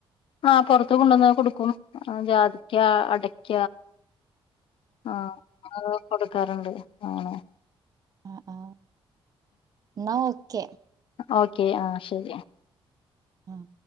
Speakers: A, on the left; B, on the right.
A: ആഹ് പൊറത്ത് കൊണ്ടുവന്ന് കൊടുക്കും ജാതിക്ക, അടക്ക ആഹ് അത് കൊടുക്കാറുണ്ട് അങ്ങനെ
B: ആഹ് ആഹ് എന്നാ ഓക്കെ
A: ഓക്കെ ആഹ് ശെരി
B: ആഹ്.